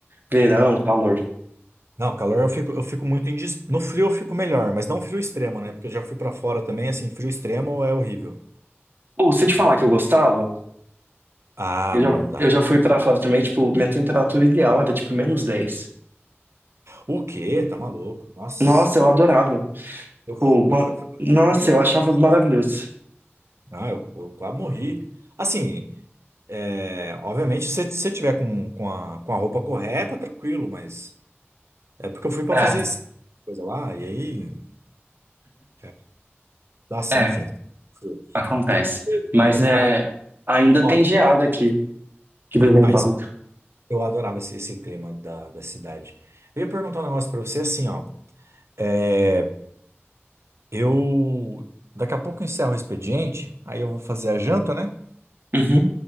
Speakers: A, on the right; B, on the right.
A: verão, calor.
B: Não, calor eu fico, eu fico muito indis... No frio eu fico melhor, mas não frio extremo, né? Porque eu já fui pra fora também, assim, frio extremo é horrível.
A: Ou se eu te
B: Hum,
A: falar que eu gostava,
B: Ah,
A: eu
B: não
A: já,
B: dá.
A: eu já fui pra fora também, tipo, minha temperatura ideal era tipo menos dez.
B: O quê? Tá maluco? Nossa,
A: Nossa, eu adorava.
B: eu
A: Tipo,
B: fui,
A: quan-
B: eu fui pra
A: nossa,
B: Chile,
A: eu
B: cara,
A: achava
B: quase.
A: maravilhoso.
B: Não, eu, eu quase morri. Assim, é, obviamente, se você tiver com, com a, com a roupa correta, tranquilo, mas é porque eu fui pra
A: É,
B: fazer esqui, coisa lá, e aí, é, nossa,
A: é,
B: enfim. frio.
A: acontece.
B: Eu eu ia te perguntar,
A: Mas é, ainda
B: ó,
A: tem geada aqui. de vez em
B: ah,
A: quando.
B: isso- eu adorava esse, esse clima da, da cidade. Eu ia perguntar um negócio pra você, assim, ó, é, eu, daqui a pouco eu encerro o expediente, aí eu vou fazer a janta, né?
A: Uhum.